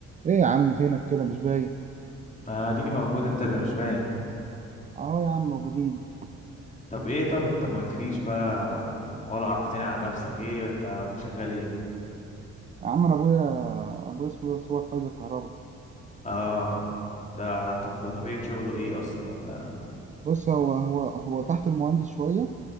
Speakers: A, on the right; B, on the left.
A: ايه يا عم فينك كده مش باين
B: آه، اديني موجود انت اللي مش باين
A: اهو يا عم موجودين
B: طب ايه طب انت ما قلتليش بقى ولا عرفتني على نفسك ايه انت ابوك شغال ايه
A: يا عم انا ابويا ابويا اسمه ده صور فايز الكهرباء
B: اه ده طب ده طبيعة شغله ايه اصلا ولا
A: بص هو هو هو تحت المهندس شويه